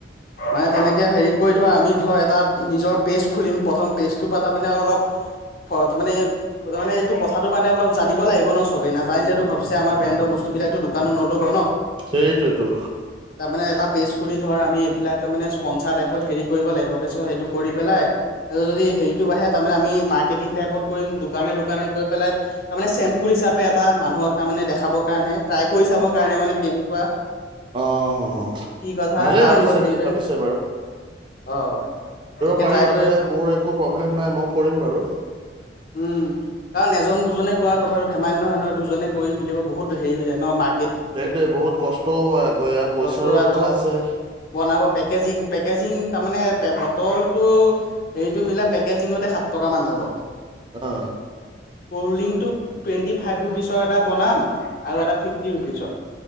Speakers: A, on the left; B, on the right.
A: মানে তেনেকে হেৰি কৰি ধৰ আমি ধ এটা নিজৰ পেজ খুলিম প্ৰথম পেজটোৰ পৰা তাৰমানে অলপ ফ তাৰমানে তাৰ মানে এইটো কথাটো মানে অলপ জানিব লাগিব ন' চবেই নাজানিলেতো ঘপছে আমাৰ ব্ৰেণ্ডৰ বস্তুবিলাকতো দোকানত নল'ব ন'।
B: সেইটোৱেতো।
A: তাৰ মানে এটা পেজ খুলি ধৰ আমি এইবিলাক তাৰমানে স্পনচাৰ টাইপত হেৰি কৰিব লাগিব তাৰপিছত সেইটো কৰি পেলাই ত যদি হেৰিটো বাঢ়ে তাৰমানে আমি মাৰ্কেটিং টাইপত কৰিম দোকানে দোকানে গৈ পেলাই তাৰমানে চেম্পুল হিচাপে এটা মানুহক তাৰমানে দেখাবৰ কাৰণে ট্ৰাই কৰি চাবৰ কাৰণে মানে কেনেকুৱা।
B: অ',
A: কি কথা
B: ভালেই
A: তাৰ
B: ভাবিছে
A: ওপৰত হেৰি
B: যি
A: কৰি
B: ভাবিছা।
A: অ' তাকে
B: পাৰি
A: ট্ৰাই
B: তাতে
A: কৰি
B: মোৰ একো প্ৰব্লেম নাই মই কৰিম বাৰু
A: উম, কাৰণ এজন দুজনে ক কথাটো ধেমালি নহয়, নহয়, দুজনেৈ মিলিব বহুত হেৰি হৈ যায় ন ম
B: সেইটোয়ে বহুত কষ্টও হয়, আকৌ ইাৰ পইচাৰো
A: বস্ত আকৌ
B: কথা আছে
A: বনাব পেকেজিং পেকেজিং তাৰ মমানে বটলটো এইটো মিলা পেকেজিঙতে সাত টকা মান যাব কল
B: অ
A: ড্ৰিংকটো টুৱেন্টি ফাইভ ৰুপিচৰ এটা বনাম আৰু এটা ফিফটি ৰুপিছ হয়